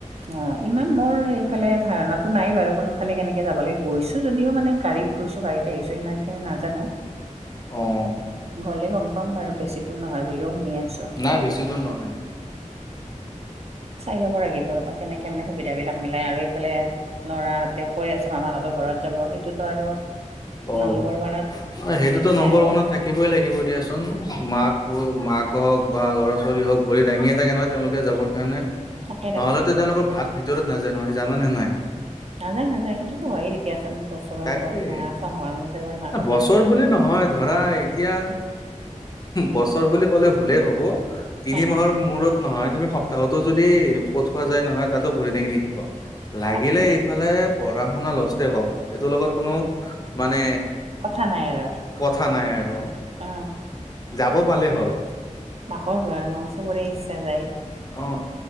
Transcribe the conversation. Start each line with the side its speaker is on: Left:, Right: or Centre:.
Right: অ, ইমান মোৰ সেইফালে ধাৰণাতটো নাই বাৰু কোনফালে কেনেকে যাবলৈ গৈছো যদিও মানে গাড়ীত গৈছো গাড়ীত ত ইমানখিন নাজ
Left: অ',
Right: গলে গম পাম বাৰু বেছি দূৰ নহয় বুলিও শুনি আছো।
Left: নাই বেছি দূৰ নহয়।
Right: চাই ল'ব লাগিব ৰব কেনেকে মানে সুবিধা বিলাক মিলাই আৰু এইফালে ল'ৰাহঁতে কৈ আছে মামাকাহঁতৰ ঘৰত যাব সেইটোতো আৰু
Left: অ'।
Right: নম্বৰ ওৱানত
Left: অ, সেইটোতো
Right: লিখা
Left: নম্বৰ
Right: আৰু
Left: ওৱানত থাকিবই লাগিব দিয়াচোন। মাক, মাক হওক বা ল'ৰা ছোৱালী হওঁক ভৰি দাঙিয়ে থাকে নহয় তেওঁলোকে যাবৰ কাৰণে।
Right: তাকে তাকে
Left: নহ'লেতো তেওঁলোকৰ ভাত ভিতৰত নাযায় নহয় জানোনে নাই।
Right: নাযায় নাযায় সেইটোতো হয়ে দয়াাচ বছৰৰ
Left: তাকে
Right: মূৰত বাাঁ ছমাহৰ মূৰত এবাৰ মাক ক
Left: বছৰ বুলি নহয় ধৰা এতিয়া বছৰ বুলি ক'লে ভুলেই হব তিনি
Right: হয় নেকি
Left: মাহৰ মূৰত নহয় তুমি সপ্তাহতো যদি পঠৱা যায় নহয় তাতো ভৰি দাঙি থাকিব লাগিলে
Right: তাকে
Left: ইফালে পঢ়া শুনা লষ্টে হওক এইটোৰ লগত কোনো মানে
Right: কথা নাই আৰু
Left: কথা নাই আৰু।
Right: অ
Left: যাব পালে হ'ল
Right: মাকৰ ঘৰ ন চবৰে ইচ্ছা যায়
Left: অ'